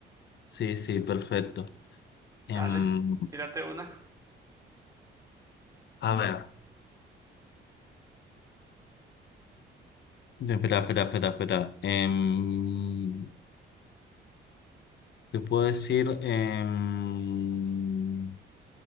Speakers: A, on the left; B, on the right.
A: Sí, sí, perfecto.
B: Dale,
A: Em,
B: tírate una.
A: a ver, espera, espera, espera, espera. Em, te puedo decir, em,